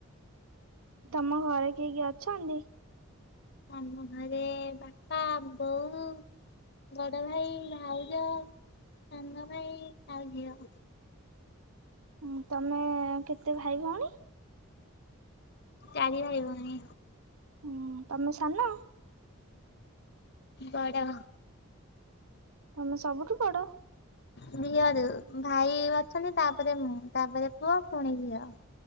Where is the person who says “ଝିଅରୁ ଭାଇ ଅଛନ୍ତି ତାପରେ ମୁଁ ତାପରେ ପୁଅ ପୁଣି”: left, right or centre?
Left